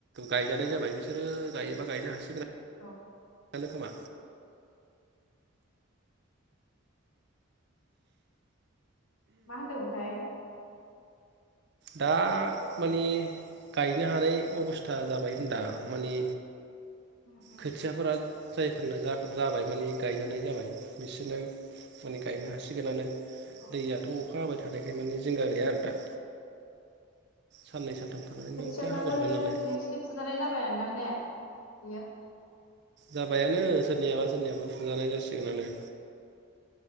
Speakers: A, on the right; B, on the left.
A: गायजानाय जाबाय बिसोरो गायोबा गायनो हासिगोन आ
B: औ
A: नोखोमा
B: मा होनदोंमोनथाय
A: दा माने गायनो हानाय अबस्था जाबाय होनदां माने
B: उम उम
A: खोथियाफोरा जायफोरना जा जाबाय माने गायजानाय जाबाय बिसोरना माने गायनो हासिगोनानो
B: औ
A: दैयाथ' अखा हाबा मानि जिंगा गैया आरो दा साननै सानथाम थानानैनो
B: खोथियाफ्राबो
A: अखाया हाबाय थादों नालाय
B: नोंसिनि फुजानाय जाबाय आनदां ने इयो
A: जाबायानो सोरनियाबा सोरनियाबा फुजानाय जासिगोनानो